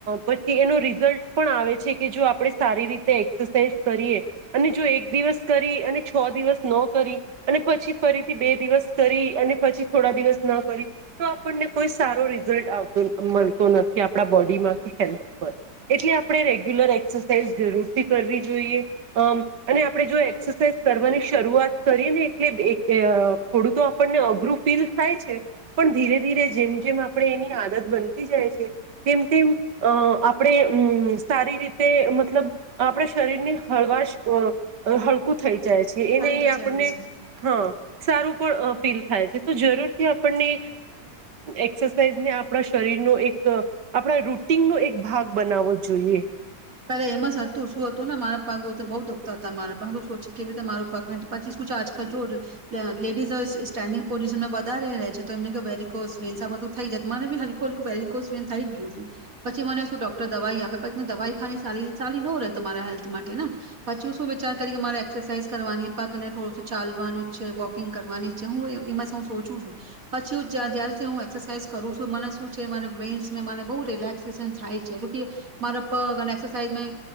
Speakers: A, on the right; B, on the right.
A: પછી એનો રિઝલ્ટ પણ આવે છે કે જો આપણે સારી રીતે એક્સરસાઇઝ કરીએ અને જો એક દિવસ કરી અને છ દિવસ ન કરી અને પછી ફરીથી બે દિવસ કરી અને પછી થોડા દિવસ ન કરી તો આપણને કોઈ સારો રિઝલ્ટ આવતો મળતો નથી આપણા બોડીમાં કે હેલ્થ પર એટલે આપણે રે રગ્યુલર એક્સરસાઇઝ જરૂર થી કરવી જોઈએ, અમ અને આપણે જો એક્સરસાઇઝ કરવાની શરૂઆત કરીએ ને એટલે એક બે અ થોડું તો આપણને અઘરું ફીલ થાય છે, પણ ધીરે ધીરે જેમ જેમ આપણે એની આદત બનતી જાય છે તેમ તેમ આપડે અમ સારી રીતે મતલબ આપણે શરીર ની હળવાસ <unintelligible> બુત થઈ જાય છે એને
B: જ
A: આપણને
B: જાય છે.
A: હ. સારું પણ ફીલ થાય છે તો જરૂરથી આપણને એક્સરસાઇઝને આપણા શરીરનો એક આપણા રૂટીનનો એક ભાગ બનાવવો જોઈએ. <inaudible>
B: પેલા એમ જ હતું શું હતુંને મારા પગ તો બઉુ દુઃખતા હતા. મારાગ સોચી કેવી રીતે મારું પગ નથી પછી શું છે આજકાલ જો લેડીઝ સ્ટેન્ડિંગ પોઝિશનને વધારે છે. તો એમને વેરિક આ બધું થઈ જતુંને હલકું હલકું વેરીિકસ વેસ થઈ ગયું હતું. પછી મને શું ડોક્ટર દવાઈ આપે પછી દવાઈ ખા સ સાલી ન રહે તમારા હેલ્થ માટે ને પછી શું વિચાર કરી કે મારે એક્સરસાાઈઝ કરવાની પગ ને થોડું ચાલવાનું છે. વોકિંગ કરવાની છે હું એમાં હું સોચું છું પછી જ હું એક્સરસાાઈઝ કરું છું મને શું છે વેન્સ મને બહુ રિલેક્સેશન થાય છે. મારા પગ અને એક્સરસાઝ